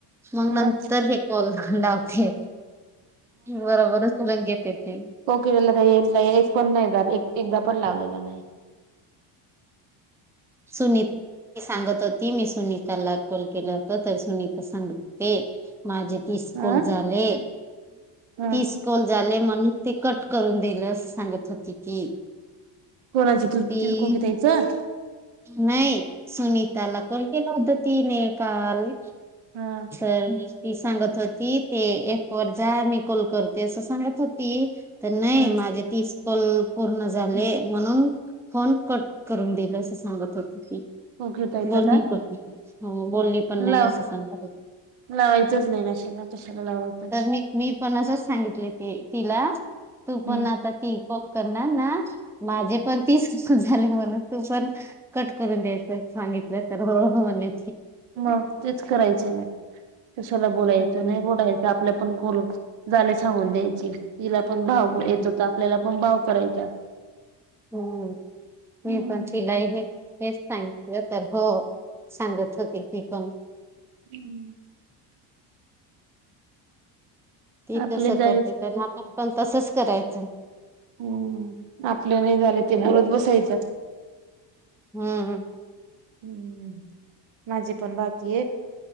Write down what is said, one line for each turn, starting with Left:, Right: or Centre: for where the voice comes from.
Centre: मग नंतर
Right: ह
Centre: हे कोल लावतेय. बरोबरच बोलून घेते ते
Right: कोकीळेला काही नाही पण नाही झाली. एकदा पण लावलेला नाही.
Centre: सुनीत सांगत होती. ती मी सुनीताला कोल केला होत तर सुनीता सांगते. माझे तिस
Right: ह
Centre: कोल झाले.
Right: ह
Centre: तिस कोल झाले म्हणू ते कट करून दिलं असं सांगत होती ती
Right: कोणाची तू
Centre: ती
Right: त कोकी ताईचं
Centre: नाही सुनीताला कॉल केला होता. तने काल
Right: हा
Centre: स ती सांगत होती ते एप वर जा मी कोल करते अस सांगत होती. तर नाही
Right: ह
Centre: माझे तीस कोल पूर्ण झाले म्हणून फोन कट करून दिल असं सांगत होती ती
Right: कोकी ताईचं
Centre: बोल्ली
Right: का
Centre: हो बोलली पण नाही
Right: लाव
Centre: असं सांगत होती.
Right: लावायचंच नाही आशाला तशाला लावायचं.
Centre: तर मी मी पण असच सांगितले ती तिला तू पण
Right: हम्
Centre: आता ती कोल करणार ना माझे पण तीस झाले म्हण तू पण कट करून द्यायच सांगितलं तर हो हो म्हणी
Right: मग तेच करायचे ना कशाला बोलायचं
Centre: हम्म
Right: नाही बोलायचं आपल्या पण खल झाले वून द्यायची तिला पण भाव
Centre: हम्म
Right: येत होता आपल्याला पण भाव करायचा
Centre: हम्म. मी
Right: हम्म
Centre: पण तिलाही हेच सांगितलं तर हो सांगत होती तेिकन
Right: हम्म
Centre: ह ती
Right: आपले
Centre: तस
Right: जायच
Centre: करते त्यांना आपण पण तसच करायचं
Right: हम्म आपलं नाही झालं ते बरत बसायचं
Centre: हम्म
Right: हम् माझे पण बाकी आहे